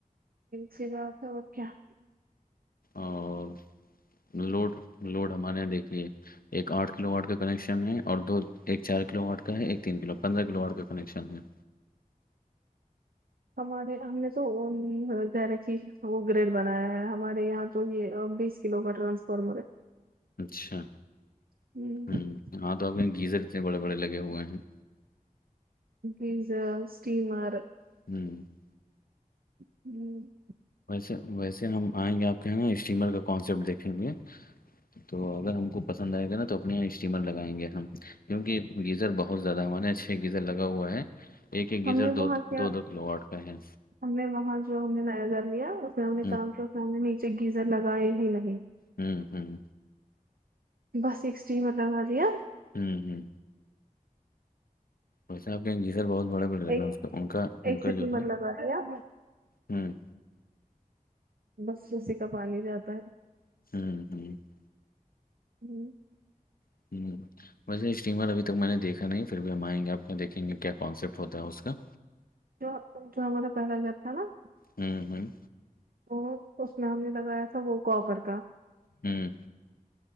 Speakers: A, on the right; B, on the left.
A: سی باتات اور کیا-
B: اور لوڈ لوڈ ہمارے یہاں دیکھی ہے- ایک آٹھ کلو واٹ کا کنکشن ہے اور دو ایک چار کلو واٹ کا ہے ایک تین کلو پندرہ کلو واٹ کا کنیکشن ہے-
A: ہمارے ہم نے تو گیری وہ گریڈ بنایا ہے ہمارے یہاں تو یہ بی- کوگ کاٹرانسفارمر ہے
B: اچھا
A: ہے
B: ہ ہاں تو آپ کےاں گیزر اتنے بڑے بڑے لگے ہوئے ہیں-
A: ڈیزل اسٹیمر
B: <inaudible>
A: <inaudible>
B: ویسے ویسے ہم آئیں گے آپ کے نا اسٹیمر کا کانسپٹ دیکھیں گے- تو اگر ہم کو پسند آئے گا نا تو اپنے یہاں اسٹیمر لگائیں گے ہم کیونکہ گیزر بہت زیادہ ہمارے اچھے گیزر لگا ہوا ہے- ایک-ایک
A: ہم
B: ادھر
A: نے
B: دو
A: وہاں کیا
B: دو کلوٹ کا ہے-
A: ہم نے وہاں جو ہم نے نیا گھر لیا اس میں ہم نے
B: ہ
A: کام کیا اس میں ہم نے نیچے گیزر لگائے ہی نہیں-
B: ہوں-ہوں
A: بس ایک اسٹیٹیمر بن رہیا
B: ہوں-ہوں وی صاحب کہ جی سر بہت بڑے بڈ لگ
A: ایک
B: رہا اس کا ان کا ان
A: ایک
B: کا
A: اسٹیمر
B: جو ہے
A: لگا دیا
B: ہوں
A: بس اسی کا پا ہی جاتا ہے-
B: <unintelligible>
A: <inaudible>
B: <unintelligible> ویسے اسٹیمر اھی تک میں نے دیکھا نہیں پھر بھی ہم آئ گے آپ دیکھیں گے کیا کانسپٹ ہوتا ہے اس کا-
A: جو-جو ہمارا پہلا گھر تھا نا-
B: ہوں ہوں
A: وہ اس میں ہم نے لگایا تھا وہ کوپر کا-
B: ہوں